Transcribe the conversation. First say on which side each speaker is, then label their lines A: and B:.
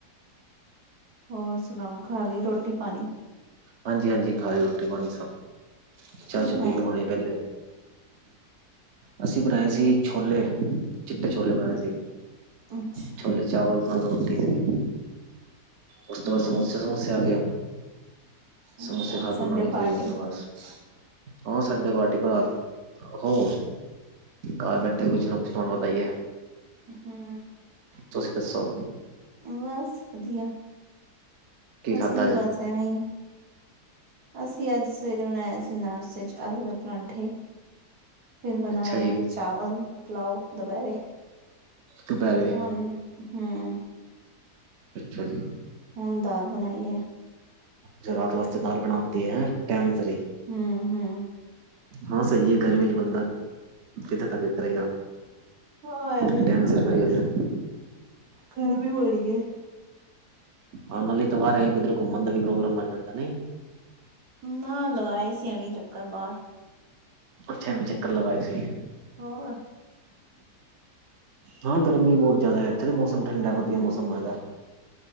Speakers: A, on the right (about 70°); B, on the right (about 55°).
A: ਹੋਰ ਸੁਨਾਓ ਖਾ ਲਈ ਰੋਟੀ ਪਾਣੀ
B: ਹਾਂਜੀ ਹਾਂਜੀ, ਖਾਲੀ ਰੋਟੀ ਪਾਣੀ ਸਭ।
A: ਕੀ
B: ਚਾ ਚੁ
A: ਬਣਾਇਆ
B: ਪੀ ਕੇ ਹੋਣੀ ਵੇਲੇ। ਅਸੀ ਬਨਾਏ ਸੀ ਛੋਲੇ, ਚਿੱਟੇ ਛੋਲੇ ਬਣਾਏ ਸੀ।
A: ਅੱਛਾ
B: ਛੋਲੇ ਚਾਵਲ ਨਾਲ ਰੋਟੀ ਸੀ। ਓਸ ਤੋਂ
A: ਹਮ
B: ਬਾਦ ਸਮੋਸੇ ਸਮੂਸੇ ਆ ਗਏ।
A: ਅੱਛਾ
B: ਸਮੋਸੇ ਖਾ
A: ਸੰਡੇ
B: ਕੇ ਹੋਣੇ ਹੀ
A: ਪਾਰਟੀ
B: ਪਾਈ ਹੋ ਬਸ, ਹ ਸੰਡੇ ਪਾਰਟੀ ਭਰਾ ਹੋ ਘਰ ਬੈਠੇ ਕੁਛ ਨਾ ਕੁਛ ਤਾਨੂੰ ਬਤਾਈਏ।
A: ਹੂੰ
B: ਤੁਸੀ ਦੱਸੋ?
A: ਬਸ ਵੱਧੀਆ।
B: ਕੀ ਖਾਧਾ
A: ਅਸੀ ਵੀ
B: ਅੱਜ
A: ਬਸ ਐਵੇਂ ਅਸੀਂ ਅੱਜ ਸਵੇਰੇ ਬਣਾਇਆ ਸੀ ਨਾਸ਼ਤੇ 'ਚ ਆਲੂ ਦੇ ਪਰੋਂਠੇ। ਫਿਰ ਬਣਾਏ
B: ਅੱਛਾ ਜੀ
A: ਚਾਵਲ ਪਲਾਓ ਦੁਪੈਰੇ,
B: ਦੁਪਹਿਰੇ
A: ਹੁਣ ਹੂੰ
B: ਅੱਛਾ ਜੀ।
A: ਹੁਣ ਦਾਲ ਬਣਾਈ ਆ।
B: ਜੋ ਰਾਤ ਵਾਸਤੇ ਦਾਲ ਬਣਾਤੀ ਹੈ ਟਾਇਮ ਸਿਰੇ
A: ਹੂੰ-ਹੂੰ।
B: ਹਾਂ ਸਹੀ ਆ ਗਰਮੀ ਚ ਬੰਦਾ, ਕਿੱਥੇ ਤੱਕ ਵੀ ਕਰੇਗਾ।
A: ਹਾਂ ਐ ਵੀ
B: ਦੋ
A: ਹੈ।
B: ਸਿਰਫ ਹੋ ਗੇਆ।
A: ਗਰਮੀ ਬੜੀ ਹੈ
B: ਹਾਂ ਨਾਲੇ ਇਤਵਾਰ ਐ ਕਿੱਧਰੇ ਘੁੰਮਣ ਦਾ ਵੀ ਪ੍ਰੋਗਰਾਮ ਬਣ ਜਾਂਦਾ ਨੇ।
A: ਨਾ ਲਗਾ ਆਈ ਸੀ ਐਵੇਂ ਚੱਕਰ ਬਾਰ
B: ਅੱਛਾ ਐਵੀਂ ਚੱਕਰ ਲਗਾਏ ਸੀ।
A: ਹੋਰ
B: ਹਾਂ ਗਰਮੀ ਬੋਤ ਜ਼ਾਦਾ ਇੱਥੇ ਵੀ ਮੌਸਮ ਠੰਡਾ ਵੱਧੀਆ
A: ਹੂੰ
B: ਮੌਸਮ ਹੈਗਾ।